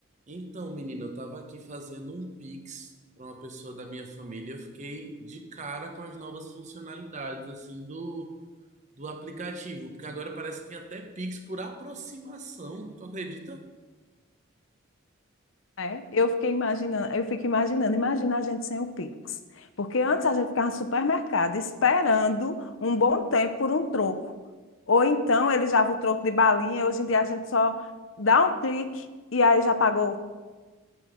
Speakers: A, on the right; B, on the left.
A: Então, menina, eu tava aqui fazendo um Pix para uma pessoa da minha família. Eu fiquei de cara com as novas funcionalidades assim do do aplicativo, porque agora parece que tem até Pix por aproximação. Tu acredita?
B: É, eu fiquei imaginando, eu fico imaginando, imagina a gente sem o Pix. Porque antes a gente ficava no supermercado esperando um bom tempo por um troco. Ou então ele já o troco de balinha, hoje em dia a gente só dá um clique e aí já pagou.